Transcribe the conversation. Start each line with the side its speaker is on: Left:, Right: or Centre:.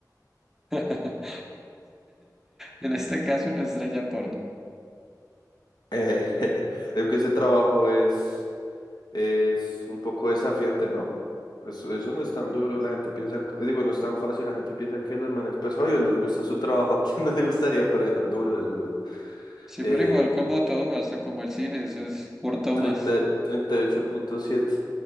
Centre: <laughs> En este caso, una estrella porno.
Left: Eh, <laughs> aunque ese trabajo es... es un poco desafiante, ¿no? Eso, eso no es tan duro, la gente piensa, digo, no es tan fácil, la gente piensa que los manes, pues obvio, les gusta su trabajo, <laughs> ¿a quién no le gustaría? Pero es duro, es duro.
Centre: Sí,
Left: Eh,
Centre: pero igual como todo, hasta como el cine, eso es por tomas.
Left: treinta treinta y ocho punto siete,